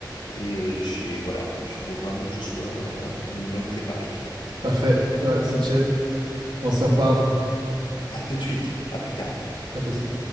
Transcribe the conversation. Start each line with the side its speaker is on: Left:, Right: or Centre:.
Left: et euh, j'ai, voilà, il faut vraiment que je sois euh, un, un minimum préparé.
Right: Parfait. Ouais, c'est chill. On se reparle.
Left: À tout de suite, à plus tard.
Right: À plus.